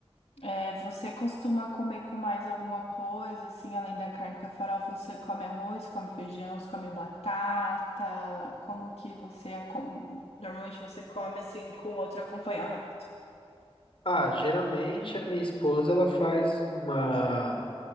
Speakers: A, on the left; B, on the left.
A: É, você costuma comer com mais alguma coisa, assim, além da carne com a farofa? Você come arroz, come feijão, você come batata? Como que você... acom- Normalmente você come, assim, com outro acompanhamento.
B: Ah, geralmente a minha esposa ela faz uma